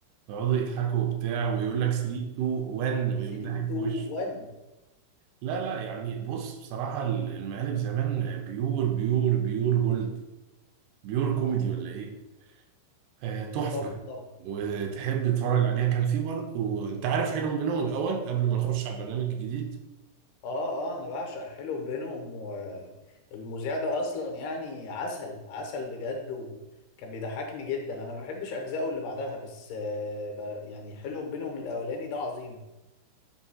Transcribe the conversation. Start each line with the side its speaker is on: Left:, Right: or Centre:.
Right: يقعدوا يضحكوا وبتاع ويقول لك 3 2 1 ويقوم
Left: 3
Right: ضاحك
Left: 2
Right: في وشه
Left: 1
Right: لا لا يعني بص بصراحة المقالب زمان بيور بيور بيور جولد بيور كوميدي ولا ايه آه، تحفة
Left: اتفق طبعا
Right: وتحب تتفرج عليها كان في برضه انت عارف حلم بنو الاول قبل ما نخش على البرنامج الجديد
Left: اه اه انا بعشق حلو بينهم والمذيع ده اصلا يعني عسل عسل بجد وكان بيضحكني جدا انا ما بحبش اجزائه اللي بعدها بس آه ب... يعني حلو بينهم الاولاني ده عظيم